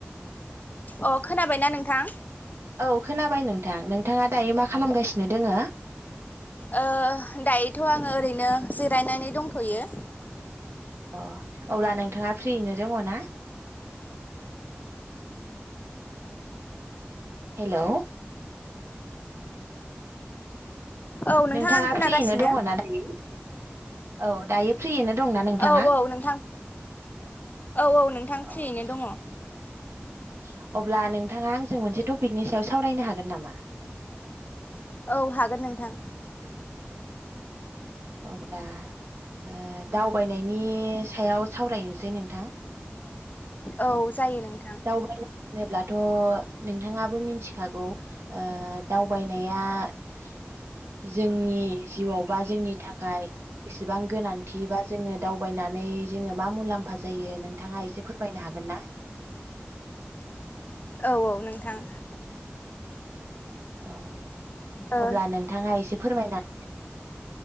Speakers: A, on the left; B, on the right.
A: अ खोनाबाय थां
B: औ खोनाबाय नोंथां नोंथाङा दायो मा खालामगासिनो दोङो
A: ओ दायोथ' आङो ओरैनो जिरायनानै दंथ'यो
B: अ अब्ला नोंथाङा फ्रियैनो दङ ना? हेलौ
A: औ नोंथां
B: नोंथाङा
A: आं खोनागासिनो
B: फ्रियैनो दङ ना दायो औ दायो फ्रियैनो दंना नोंथाङा
A: औ औ नोंथां। औ औ नोंथां
B: अ
A: फ्रियैनो दङ
B: अब्ला नोंथाङा जों मोनसे थपिकनि सायाव सावरायनो हागोन नामा?
A: औ हागोन नोंथां
B: अब्ला ओ दावबायनायनि सायाव सावरायनोसै नोंथां
A: औ जायो नोंथां
B: दावबायनाय होनोब्लाथ' नोंथाङाबो मिथिखागौ ओ दावबायनाया <inaudible> जोंनि जिउआव बा जोंनि थाखाय एसेबां गोनांथि बा जोङो दावबायनानै नै जोङो मा मुलाम्फा जायो नोंथाङा एसे फोरमायनो हागोन ना?
A: औ औ नोंथां
B: औ
A: ओ
B: अब्ला नोंथाङा एसे फोरमायना